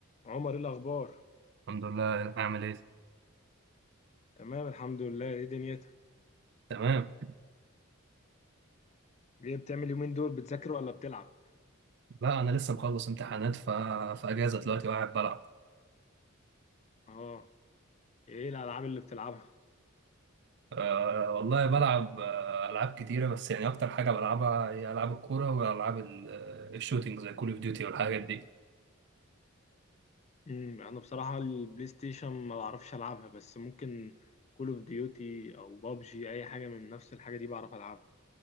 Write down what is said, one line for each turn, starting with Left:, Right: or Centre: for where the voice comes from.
Left: عمر ايه الاخبار
Right: الحمد لله عامل ايه
Left: تمام الحمد لله ايه دنيتك
Right: تمام
Left: ايه بتعمل يومين دول بتذاكر ولا بتلعب
Right: لا انا لسه مخلص امتحانات ف... في اجازه دلوقتي وقاعد بلعب
Left: اه ايه الالعاب اللي بتلعبها
Right: أه والله بلعب آه، العاب كتيره بس يعني اكتر حاجه بلعبها هي العاب الكوره والعاب ال- آه، الشوتينج زي كول اوف ديوتي والحاجات دي
Left: امم انا بصراحه البلاي ستيشن ما بعرفش العبها بس ممكن كول اوف ديوتي او بابجي اي حاجه من نفس الحاجه دي بعرف العبها